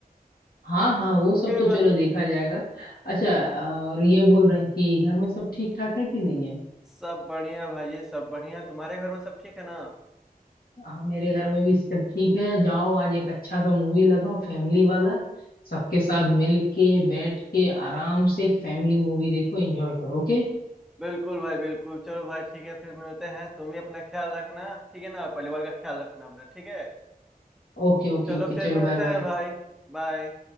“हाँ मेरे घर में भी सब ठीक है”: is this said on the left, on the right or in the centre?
Left